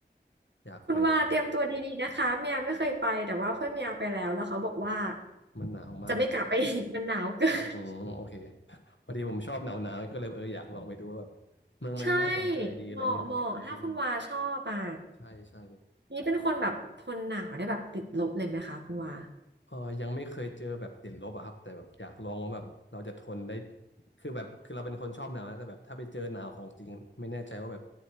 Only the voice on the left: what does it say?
อยากไป
มันหนาวมากใช่ไหม
อืมโอเค <laughs> พอดีผมชอบหนาวๆก็เลยเอออยากลองไปดูว่าแบบ
เมืองมันน่าสนใจดีอะไรเงี้ยเออฮาร์บิน
ใช่ใช่
เออยังไม่เคยเจอแบบติดลบอะครับ แต่แบบอยากลองว่าแบบเราจะทนได้คือแบบคือเราเป็นคนชอบหนาวนะแต่แบบถ้าไปเจอหนาวของจริงไม่แน่ใจว่าแบบ